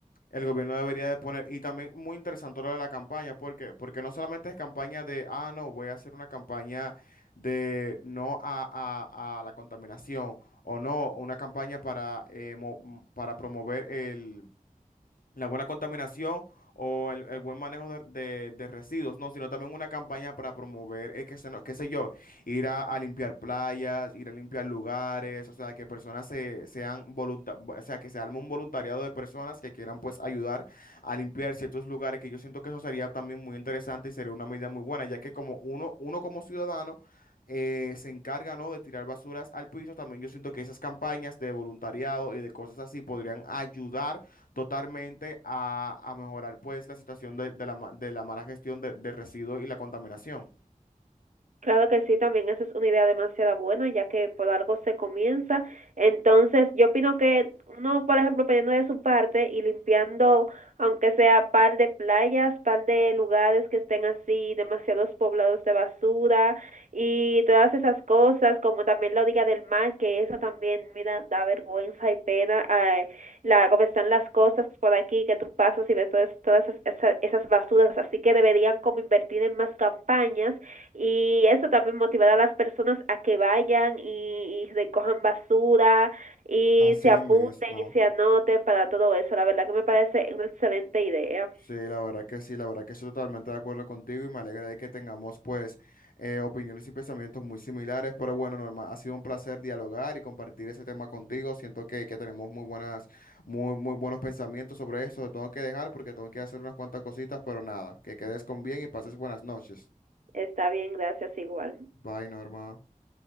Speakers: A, on the left; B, on the right.
A: El gobierno debería de poner, y también muy interesante lo de la campaña, ¿por qué? Porque no solamente es campaña de, ah, no, voy a hacer una campaña de no a, a- a la contaminación, o no, una campaña para, eh, mo- para promover el, la buena contaminación o el, el buen manejo de, de- de residuos, no, sino también una campaña para promover, eh, que se no- qué sé yo, ir a, a limpiar playas, ir a limpiar lugares, o sea, que personas se, sean volunta- o sea, que se arme un voluntariado de personas que quieran pues ayudar a limpiar ciertos lugares, que yo siento que eso sería también muy interesante y sería una medida muy buena, ya que como uno, uno como ciudadano eh, se encarga, ¿no? de tirar basuras al piso. También yo siento que esas campañas de voluntariado y de cosas así podrían ayudar totalmente a, a mejorar, pues, la situación de, de la, ma- de la mala gestión de, de residuos y la contaminación.
B: Claro que sí, también esa es una idea demasiado buena, ya que por algo se comienza. Entonces, yo opino que uno, por ejemplo, poniendo de su parte y limpiando, aunque sea par de playas, par de lugares que estén así, demasiados poblados de basura y todas esas cosas, como también la orilla del mar, que eso también, mira, da vergüenza y pena, eh, la, como están las cosas por aquí, que tú pasas y ves todas, todas esas, esas basuras, así que deberían como invertir en más campañas y eso también motivará a las personas a que vayan y, y recojan basura y
A: Así
B: se apunten
A: mismo.
B: y se anoten para todo eso. La verdad que me parece una excelente idea.
A: Sí, la verdad que sí, la verdad que estoy totalmente de acuerdo contigo y me alegra de que tengamos pues eh, opiniones y pensamientos muy similares, pero bueno, Norma, ha sido un placer dialogar y compartir ese tema contigo. Siento que, que tenemos muy buenas, muy, muy buenos pensamientos sobre esto. Te tengo que dejar porque tengo que hacer unas cuantas cositas, pero nada, que quedes con bien y pases buenas noches.
B: Está bien, gracias igual.
A: Bye, Norma.